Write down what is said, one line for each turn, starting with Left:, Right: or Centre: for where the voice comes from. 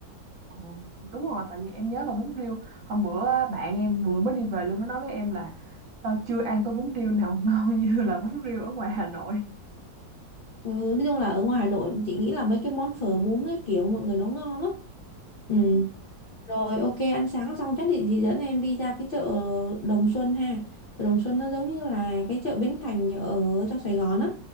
Right: Ồ, đúng rồi tại vì em nhớ là bún riêu hôm bữa á, bạn em vừa mới đi về luôn nó nói với em là tao chưa ăn tô bún riêu nào <laughs> ngon như là bún riêu ở ngoài Hà Nội
Left: Ừ, nói chung là ở ngoài Hà Nội chị nghĩ là mấy cái món phở bún các kiểu mọi người nó ngon lắm Ừ.
Right: Ừ.
Left: Rồi ok ăn sáng xong chắc thì chị dẫn em đi ra cái chợ Đồng Xuân ha. Chợ Đồng Xuân nó giống như là cái chợ Bến Thành ở trong Sài Gòn á.